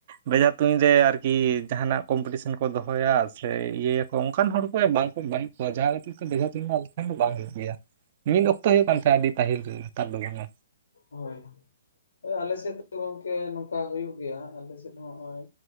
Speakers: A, on the right (about 45°); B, on the left (about 75°).
A: ᱵᱮᱡᱽᱦᱟ ᱛᱩᱧ ᱨᱮ ᱟᱨᱠᱤ ᱡᱟᱦᱟᱱᱟᱜ ᱠᱚᱢᱯᱤᱴᱤᱥᱮᱱ ᱠᱚ ᱫᱚᱦᱚᱭᱟ ᱥᱮ ᱤᱭᱟᱹᱭᱟ ᱚᱱᱠᱟᱱ ᱦᱚᱲ ᱠᱚ ᱵᱟᱝᱠᱚ ᱢᱟᱹᱱ ᱠᱚᱣᱟ ᱡᱟᱦᱟᱸ ᱠᱷᱟᱹᱛᱤᱨ ᱛᱮ ᱵᱷᱮᱡᱟ ᱛᱤᱧ ᱟᱞᱮᱴᱷᱮᱱ ᱫᱚ ᱵᱟᱝ ᱦᱩᱭᱩᱜ ᱜᱮᱭᱟ ᱢᱤᱫ ᱚᱠᱛᱚ ᱦᱩᱭᱩᱜ ᱠᱟᱱ ᱛᱟᱦᱮᱸ ᱟᱹᱰᱤ ᱯᱟᱹᱦᱤᱞ ᱨᱮ ᱱᱮᱛᱟᱨ ᱫᱚ ᱵᱟᱝ ᱟ
B: ᱦᱳᱭ ᱦᱳᱭ ᱟᱞᱮ ᱥᱮᱫ ᱜᱚᱝᱠᱮ ᱱᱚᱝᱠᱟ ᱦᱩᱭᱩᱜ ᱜᱮᱭᱟ ᱟᱞᱮ ᱥᱮᱫ ᱦᱚᱸ ᱱᱚᱜ-ᱚᱭ